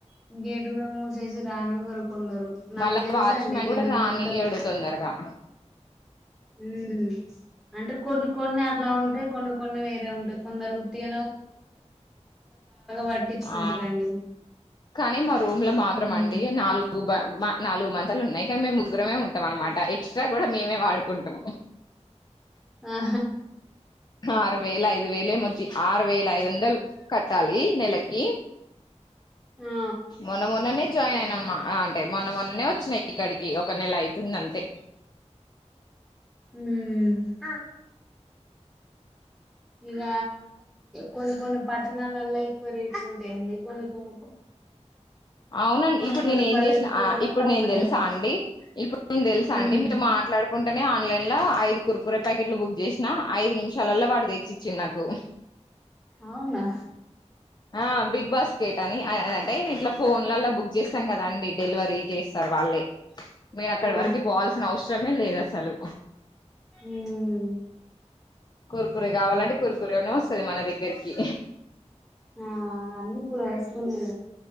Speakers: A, in the centre; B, on the left.
A: గేట్ కూడా మూస్ తెలిసి రానివ్వరు కొందరు నాకు
B: మళ్ళా
A: తెలుసండి
B: వాచ్మెన్
A: నేను
B: కూడా రానియిడు
A: ఇంత
B: తొందరగా
A: హ్మ్మ్ అంటే కొన్ని కొన్ని అట్లా ఉంటేయి కొన్ని కొన్ని వేరే ఉంటా కొందరుత్తిగ పట్టించుకుంటారండి
B: ఆ కానీ మా రూమ్ లో మాత్రం
A: ఉమ్
B: అండి నాలుగు నాలుగు మంచాలు ఉన్నాయి కానీ మేము ముగ్గురమే ఉంటాం అనమాట ఎక్స్ట్రా కూడా మేమే వాడుకుంటాము
A: ఆా
B: ఆరు వేల ఐదు వేలే మ ఆరు వేల ఐదు వందలు కట్టాలి నెలకి
A: ఆ
B: మొన్న మొన్ననే జాయిన్ అయినమ్మా ఆ అంటే మొన్న మొన్ననే వచ్చినా ఇక్కడికి ఒక నెల అయితుంది‌ అంతే
A: హ్మ్మ్ ఆ ఇగ కొన్ని కొన్ని పట్టణాలలో ఎక్కువ రేట్లు ఉంటాయండి కొన్ని కొన్ని
B: అవునండి
A: కొన్ని
B: ఇప్పుడు
A: కొన్ని
B: నేను ఏం
A: పల్లెటూర్లలో
B: చేసిన ఇప్పుడు
A: తక్కువ
B: నేను తెలుసా
A: ధరకు
B: అండి ఇప్పుడు నేను తెలుసా
A: ఉమ్
B: అండి మీతో మాట్లాడుకుంటేనే ఆన్లైన్ లో ఐదు కుర్ కురే ప్యాకెట్లు బుక్ చేసిన ఐదు నిమిషాలల్లో వాడు తెచ్చిచ్చిండు నాకు
A: అవునా
B: ఆ బిగ్ బాస్కేట్ అని అంటే ఇట్లా ఫోన్లలో బుక్ చేస్తాం కదండి డెలివరీ చేస్తారు వాళ్ళే మీరు అక్కడ
A: ఆ
B: వరకు పోవాల్సిన అవసర ఇష్టమే లేదు అసలు
A: హ్మ్మ్
B: కుర్ కురే కావాలంటే కూర్కురే నే వస్తది మన దగ్గరికి
A: ఆ అన్ని కూడా వస్తున్నా